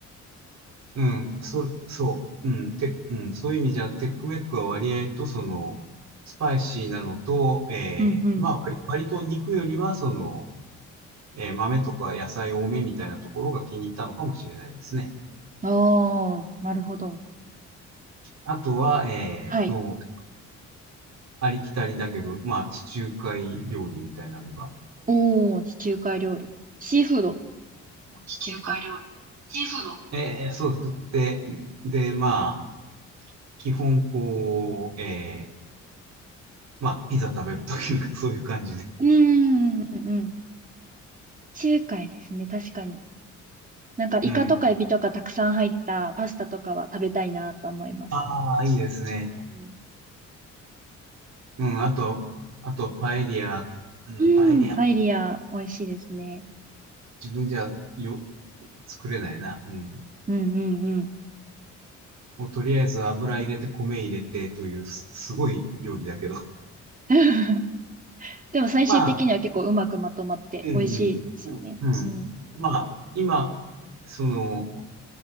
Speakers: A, on the right; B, on the right.
A: うん、そ、そう、うん、て、うん、そういう意味じゃ、テックメックは割合と、その、スパイシーなのと、ええ、
B: うんうん。
A: まあ、割割と肉よりは、その、えー豆とか野菜多めみたいなところが気に入ったのかもしれないですね。
B: ああ、なるほど。
A: あとは、えっと、
B: はい。
A: ありきたりだけど、まあ、地中海料理みたいなのが、
B: おー、地中海料理。シーフード
A: 地中海料理。
B: ですか
A: シーフード。えーそう作って、で、まあ、基本こう、えーまあ、ピザ食べるというか、<laughs> そういう感じで。
B: うーん、うん、うん。地中海ですね、確かに。なんか、イカとかエビとかたくさん入ったパスタとかは食べたいなと思います。
A: うん。ああ、いいですね。
B: うん
A: うん、あと、あと、パエリア、うん、
B: うん、
A: パエリア、
B: パエリア、美味しいですね。
A: 自分じゃよ、作れないな。うん。
B: うんうんうん。
A: もうとりあえず油入れて米入れてというす、すごい料理だけど。
B: <laughs> でも最終的には結構うまくまとまって美味しいですよね。
A: <laughs> まあ、うん、うん、うん。
B: うん。
A: まあ、今、その、